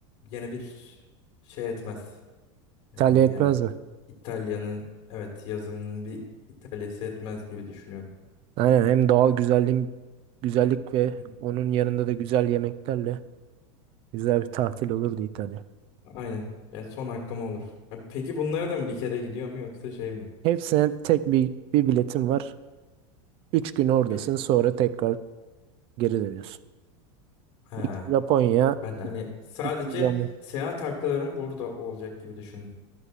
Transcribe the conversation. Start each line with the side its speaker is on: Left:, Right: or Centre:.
Left: yine bir şey etmez. Yani
Right: İtalya
Left: bir
Right: etmez
Left: yine
Right: mi?
Left: İtalya'nın evet yazımının bir İtalya'sı etmez gibi düşünüyorum.
Right: Aynen hem doğal güzelliğin güzellik ve
Left: Hı.
Right: onun yanında da güzel yemeklerle güzel bir tatil olurdu İtalya.
Left: Aynen. Yani son hakkım olur. Abi Peki bunlara da mı bir kere gidiyor mu yoksa şey mi?
Right: Hepsine tek bir, bir biletim var. Üç gün oradasın
Left: Yani Bir
Right: sonra tekrar geri dönüyorsun.
Left: ha
Right: İlk Japonya,
Left: ben hani sadece
Right: ikinci Amerika.
Left: seyahat haklarım burada olacak gibi düşündüm.